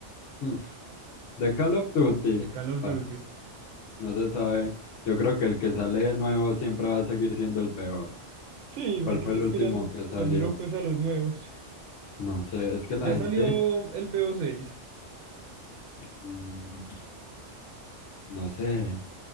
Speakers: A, on the left; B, on the right.
A: Hmm, De Call of Duty,
B: De Call of
A: ah,
B: Duty.
A: no se sabe. Yo creo que el que sale de nuevo siempre va a seguir siendo el peor.
B: Sí,
A: ¿Cuál
B: porque
A: fue
B: les
A: el último
B: tiran
A: que salió?
B: tan duro, pues, a los nuevos?
A: No sé, es que
B: Ya
A: la gente.
B: salió el BO6.
A: mm, No sé.